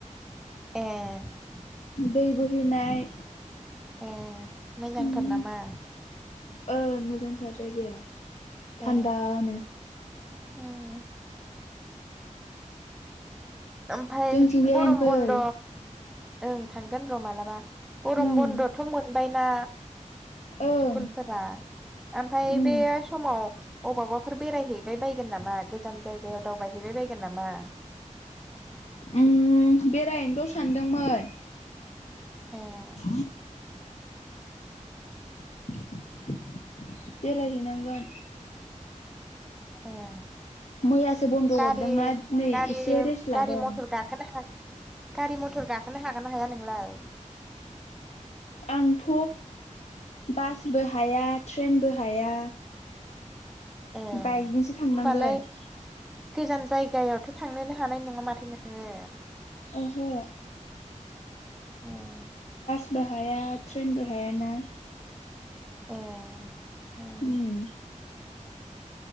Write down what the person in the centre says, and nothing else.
ए
ए मोजांथार
नामा।
ए उम ओमफ्राय
गरम
बन्द ओं थांगोन र' मालाबा गरम
बन्दथ' मोनबायना।
स्कुलफोरा ओमफफ्राय
बे समाव अबावबाफोर बेरायहैबाय बायगोन नामा गोजान जायगायाव दावबायहैबाय बायगोन नामा।
ए
ए
गारि
गारि
गारि मथर गाखोनो हाग गारि मथर गाखोनो हागोन ना हाया नोंलाय
ए
होमबालाय गोजान जायगायावथ' थांनोनो हानाय नङा माथो नोङो
उम
ए ओम